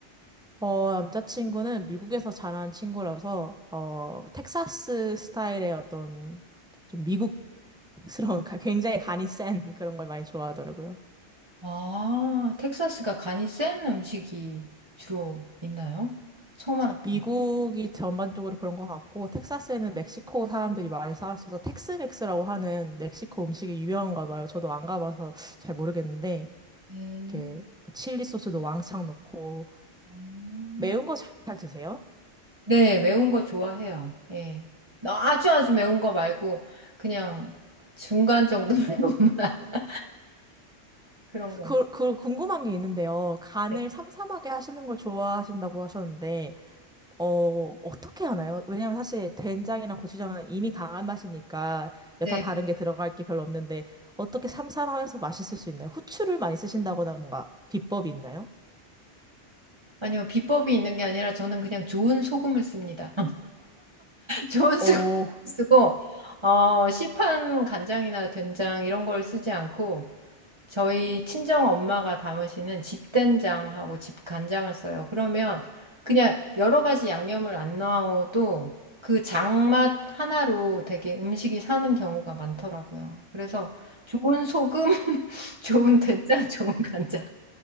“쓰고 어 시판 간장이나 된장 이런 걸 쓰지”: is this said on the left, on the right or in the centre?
Right